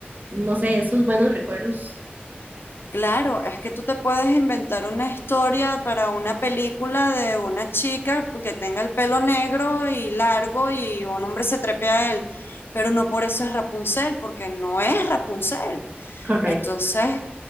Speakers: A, on the right (about 45°); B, on the left (about 65°).
A: no sé, esos buenos recuerdos.
B: Claro, es que tú te puedes inventar una historia para una película de una chica que tenga el pelo negro y largo y un hombre se trepe a él, pero no por eso es Rapunzel, porque no es Rapunzel.
A: Correcto.
B: Entonces,